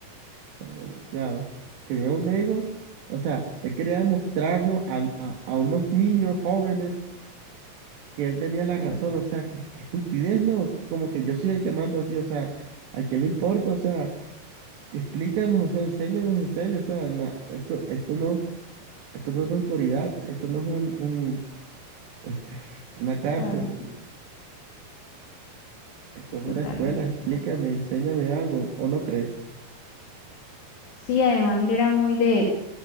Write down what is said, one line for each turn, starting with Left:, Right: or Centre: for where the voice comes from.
Right: pero demasiado. Tenía un ego, o sea, él quería demostrarnos a, a- a unos niños jóvenes que él tenía la razón,
Left: Total,
Right: o sea, que, que estupidez, ¿no? O sea, como que yo soy el que mando aquí, o sea, ¿a quién le importa? O sea, explícanos, o sea, enséñanos en serio, o sea, na- esto, esto no, esto no es de autoridad, esto no es un, un, este, una cárcel,
Left: claro,
Right: esto es una
Left: totalmente.
Right: escuela, explícame, enséñame algo, ¿o no crees?
Left: Sí, además él era muy de,